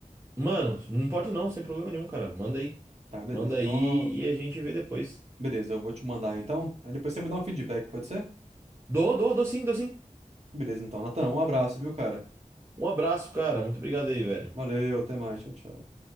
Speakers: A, on the right; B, on the right.
A: Mano, não importa não, sem problema nenhum, cara. Manda aí.
B: Tá, beleza.
A: Manda
B: Então
A: aí
B: eu
A: e a gente vê depois.
B: Beleza, eu vou te mandar então. Aí depois você me dá um feedback, pode ser?
A: Dou, dou, dou sim, dou sim.
B: Beleza, então, Natan, um abraço, viu, cara?
A: Um abraço, cara. Muito obrigado aí, velho.
B: Valeu, até mais, tchau, tchau.